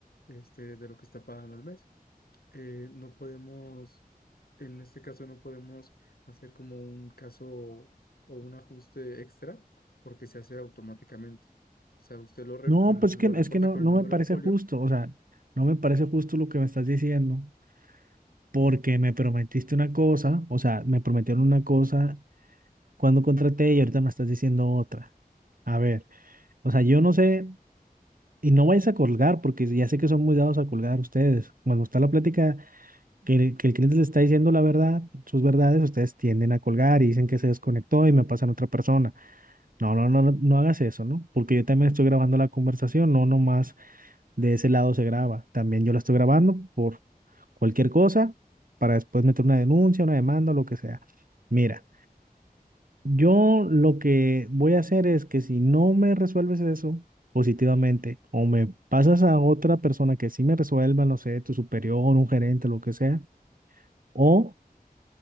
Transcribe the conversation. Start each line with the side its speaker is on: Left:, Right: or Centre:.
Left: este, de lo que está pagando al mes. Eh, no podemos, en este caso no podemos hacer como un caso o un ajuste extra porque se hace automáticamente. O sea, usted lo, re-
Right: No,
Left: con-
Right: pues que,
Left: lo reporta
Right: es que no,
Left: con
Right: no
Left: el número
Right: me parece
Left: de folio
Right: justo. O sea, no me parece justo lo que me estás diciendo. Porque me prometiste una cosa, o sea, me prometieron una cosa cuando contraté y ahorita me estás diciendo otra. A ver, o sea, yo no sé. Y no vayas a colgar, porque ya sé que son muy dados a colgar ustedes. Cuando está la plática que, el- que el cliente les está diciendo la verdad, sus verdades, ustedes tienden a colgar y dicen que se desconectó y me pasan a otra persona. No, no, no, no no hagas eso, ¿no? Porque yo también estoy grabando la conversación, no nomás de ese lado se graba. También yo la estoy grabando por cualquier cosa para después meter una denuncia, una demanda o lo que sea. Mira. Yo lo que voy a hacer es que si no me resuelves eso positivamente o me pasas a otra persona que sí me resuelva, no sé, tu superior, un gerente, lo que sea, o